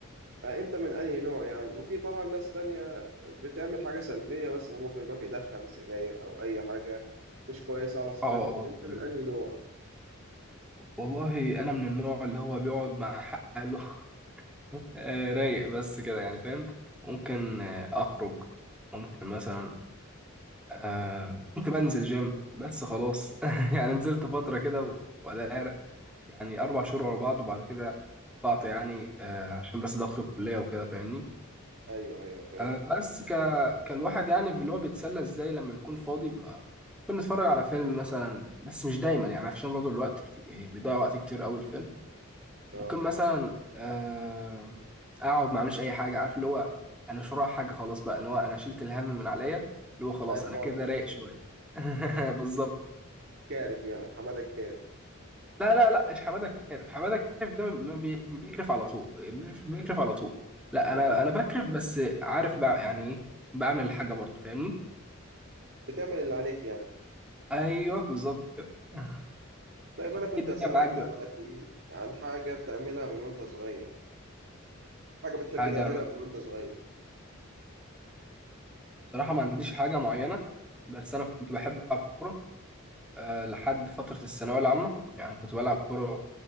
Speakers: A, on the right; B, in the centre.
A: آه، انت من انهي نوع يعني وفي طبعا ناس تانية بتعمل حاجة سلبية مثلا ممكن يروح يدخن سجاير او اي حاجة مش كويسة على صحته
B: اه اه
A: انت من
B: تمام.
A: انهي نوع
B: والله انا من النوع اللي هو بيقعد مع حاله <laughs> آه، رايق بس كده يعني فاهم ممكن آه، اخرج ممكن مثلا آه، ممكن انزل جيم بس خلاص <laughs> يعني نزلت فتره كده وبعدها يعني اربع شهور ورا بعض وبعد كده قطعت يعني آه، عشان بس ضغط الكليه وكده فاهمني
A: ايوه ايوه فاهم
B: آه، بس ك كالواحد يعني في اللي هو بيتسلى ازاي لما بيكون فاضي بقى ممكن نتفرج على فيلم مثلا بس مش دايما يعني عشان برضه الوقت كتير بيضيع وقت كتير قوي الفيلم
A: اه
B: ممكن مثلا آه، اقعد ما اعملش اي حاجه عارف اللي هو انا مش ورايا حاجه خلاص بقى اللي هو انا شلت الهم من عليا اللي هو خلاص
A: قاعد
B: انا
A: فاضي
B: كده رايق شويه <laughs> بالظبط
A: كارف يعني حمادة الكارف
B: لا لا لا مش حماده كارف حماده كارف ده ما بي- بيكرف على طول بيكرف بيكرف على طول لا
A: اه
B: انا انا بكرف بس عارف بقى يعني ايه بعمل حاجه برضه فاهمني
A: بتعمل اللي عليك يعني
B: ايوه بالظبط كده <laughs>
A: طيب انا
B: انت
A: كنت
B: ايه الدنيا
A: اسألك
B: معاك
A: دلوقتي
B: بقى
A: عن حاجة بتعملها من وانت صغير حاجة بتحب
B: حاجه
A: تعملها من وانت صغير
B: صراحه ما عنديش حاجه معينه بس انا كنت بحب العب كوره آه، لحد فترة الثانوية العامة يعني كنت بلعب كورة